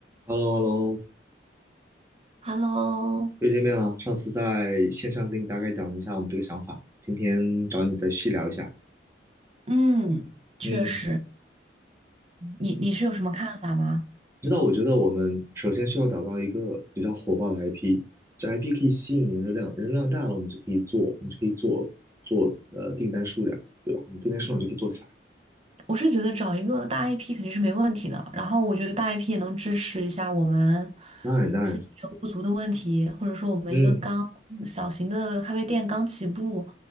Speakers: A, on the right (about 15°); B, on the right (about 35°).
A: h e l l o h e l l o
B: Hello，
A: 又见面了。上次在线上跟你大概讲了一下我们这个想法，今天找你再细聊一下。
B: 嗯，确实，
A: 嗯，
B: 你你是有什么看法吗？
A: 知道，我觉得我们首先需要打造一个比较火爆的 IP，这 IP 可以吸引人流量，人流量大了，我们就可以做，我们就可以做做呃订单数量，对吧？我们订单数量就可以做起来。
B: 我是觉得找一个大 IP 肯定是没问题的，然后我觉得大 IP 也能支持一下我们
A: 当然，当然，
B: 现在有不足的问题，或者说我们一个刚小型的咖啡店刚起步，
A: 嗯，